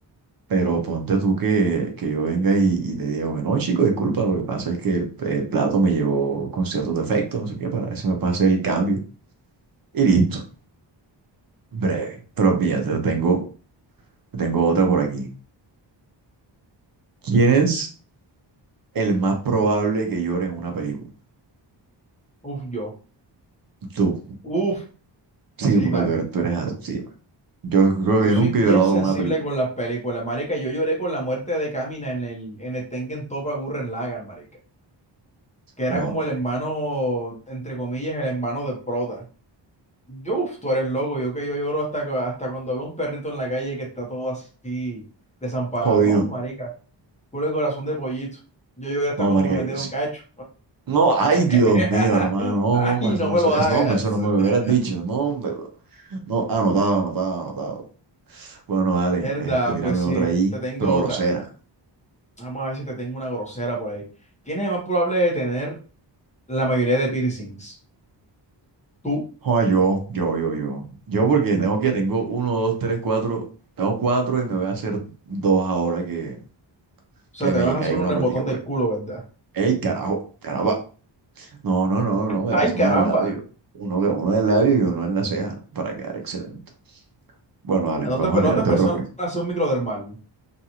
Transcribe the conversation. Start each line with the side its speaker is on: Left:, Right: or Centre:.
Right: Pero ponte tú que, que yo venga y, y le diga, bueno, no, chico, disculpa, lo que pasa es que el, el plato me llegó con cierto defecto, no sé qué, para ver si me pase el cambio. Y listo, breve. Pero fíjate, tengo, tengo otra por aquí. ¿Quién es el más probable que llore en una película?
Left: Uf, yo.
Right: Tú.
Left: Uf,
Right: Sí,
Left: sí,
Right: porque tú eres, tú eres así. man. Yo creo
Left: Yo
Right: que yo
Left: soy
Right: nunca
Left: bien
Right: he llorado
Left: sensible
Right: con una película.
Left: con las películas, marica. Yo lloré con la muerte de Kamina en el, en el Tengen Toppa Gurren Lagann, marica. Que era
Right: No,
Left: como el hermano,
Right: man,
Left: entre comillas, el hermano de Prota. Yo, uf, tú eres loco. Yo que yo lloro hasta, que- hasta cuando veo un perrito en la calle que está todo así desamparado,
Right: jodido.
Left: ¿no, marica? Puro corazón de pollito. Yo lloré hasta
Right: No,
Left: cuando
Right: marica,
Left: me metieron
Right: yo sí.
Left: cacho.
Right: No, ay,
Left: <laughs>
Right: Dios mío, hermano. No,
Left: Ay,
Right: no, eso,
Left: no me
Right: eso,
Left: lo
Right: eso-
Left: hagas.
Right: no, eso no
Left: <laughs>
Right: me lo hubieras dicho. No, hombre, bro. no, anotado, anotado, anotado. Bueno, dale,
Left: Verdad,
Right: este, tírame
Left: pues sí,
Right: otra ahí,
Left: te tengo
Right: pero
Left: otra.
Right: grosera.
Left: Vamos a ver si te tengo una grosera por ahí. ¿Quién es más probable de tener la mayoría de piercings. Tú, o
Right: Joder, yo, yo, yo, yo. Yo porque tengo que, tengo uno, dos, tres, cuatro. Tengo cuatro y me voy a hacer dos ahora que,
Left: sea,
Right: que
Left: te
Right: me
Left: vas a
Right: caiga
Left: hacer uno
Right: una
Left: en
Right: plática
Left: el botón
Right: por
Left: del
Right: ahí.
Left: culo, ¿verdad?
Right: Ey, carajo, caramba. No, no, no, no, me voy
Left: ¡Ay,
Right: a hacer
Left: caramba!
Right: uno del labio. Uno, uno del labio y uno en la ceja para quedar excelente. Bueno, dale, vamos
Left: No te,
Right: a tirarte
Left: no te
Right: otro
Left: pensaron
Right: por aquí.
Left: hacer un microdermal.